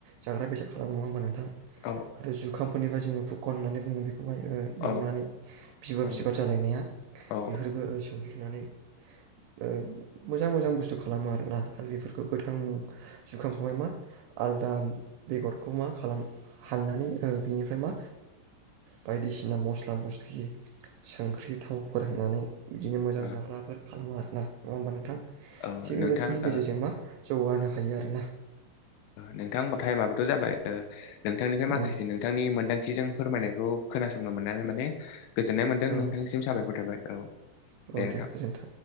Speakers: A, on the right; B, on the left.
A: जाग्रा बेसाद खालामो नङा होमबा नोंथां?
B: औ
A: आरो जुखामफोरनिफ्राय जोङो <unintelligible> होननानै बुङो बे खौहाय ओ
B: औ
A: एवनानै <unintelligible>
B: औ औ ओ
A: बेफोरखौ <unintelligible> नुनानै ओ मोजां मोजां बुस्थु खालामो आरोना आरो बेफोरखौ गोथां जुखामखौहाय मा आलदा बेगरखौ मा खालाम हांनानै ओ बेनिफ्राय मा बायदिसिना मस्ला मस्लि संख्रि थावफोर होनानै बिदिनो मोजां
B: ओ
A: जाग्राफोर खालामो आरोना नङा होमबा नोंथां?
B: औ
A: थिग
B: नोंथां
A: बेबायदिनि गेजेरजों
B: ओ
A: मा जौगानो हायो आरोना
B: नोंथां होनबाथ' तायेमाबोथ' जाबाय नोंथांनिफ्राय
A: औ
B: माखासे नोंथांनि मोन्दांथिजों फोरमायनायखौ खोनासंनो मोननानै माने गोजोननाय मोन्दों
A: औ
B: नोंथांसिम साबायखर थाबाय औ
A: औ
B: दे नोंथां।
A: गोजोन्थों।